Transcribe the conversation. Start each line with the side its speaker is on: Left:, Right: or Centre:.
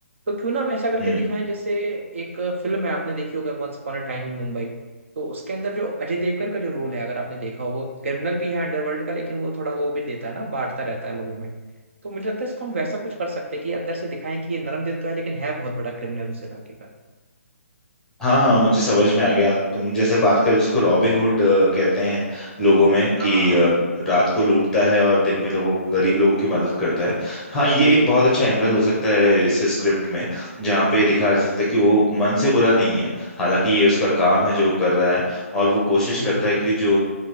Right: तो क्यों ना हम ऐसा करके
Centre: हम्म
Right: दिखाएं जैसे एक फिल्म है आपने देखी हो अगर once upon a time in Mumbai तो उसके अंदर जो अजय देवगन का जो रोल है अगर आपने देखा हो वो क्रिमिनल भी है अंडरवर्ल्ड का लेकिन वो थोड़ा वो भी देता है ना बांटता रहता है लोगों में तो मुझे लगता है इसको हम वैसा कुछ कर सकते हैं कि अंदर से दिखाएं कि ये नरम दिल तो है लेकिन है बहुत बड़ा क्रिमिनल उस इलाके का
Centre: हाँ हाँ मुझे समझ में आ गया तुम जैसे बात करो जिसको रॉबिन हुड अ, कहते हैं लोगों में
Right: हाँ
Centre: कि अ, रात को लूटता है और दिन में लोगों गरीब लोगों की मदद करता है हाँ ये
Right: बिल्कुल
Centre: एक बहुत
Right: बिल्कुल
Centre: अच्छा एंगल हो सकता है इस स्क्रिप्ट में जहाँ पे दिखाया जा सकता है कि वो मन से बुरा नहीं है हालांकि ये उसका काम है जो वो कर रहा है और वो कोशिश
Right: हम्म
Centre: करता है कि जो